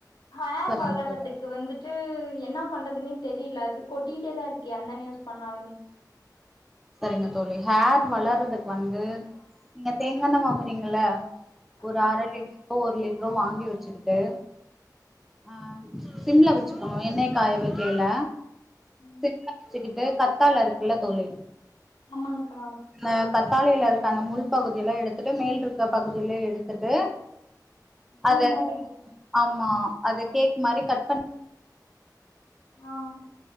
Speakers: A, on the left; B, in the centre.
A: ஹேர்
B: சரிங்க
A: வளர்றதுக்கு
B: தோழி
A: வந்துட்டு ட்டு என்னா பண்றதுன்னே தெரியல அது கொட்டிட்டே தான் இருக்கு எந்த எண்ணெய் யூஸ் பண்ணாலுமே
B: சரிங்க தோழி ஹேர் வளர்றதுக்கு வந்து நீங்க தேங்கா எண்ணெய் வாங்குறீங்கள
A: ஆமாங்க்கா
B: ஒரு அரை லிட்டரோ ஒரு லிட்டரோ வாங்கி வச்சு வச்சுகிட்டு ஆஹ் சிம்ல வச்சுக்கணும் எண்ணெய காய வைக்கயில
A: ம்
B: சிம்ல வச்சுக்கிட்டு கத்தால இருக்குல்ல தோழி
A: ஆமாங்கா
B: அந்த கத்தாழையில இருக்க அந்த முள் பகுதிய எல்லாம் எடுத்துட்டு மேல் இருக்க பகுதியிலாம் எடுத்துட்டு
A: ஜெல்லு
B: அத
A: மாரி இருக்கு
B: ஆமா அது கேக் மாதிரி கட் பண்ணி
A: ஆஹ்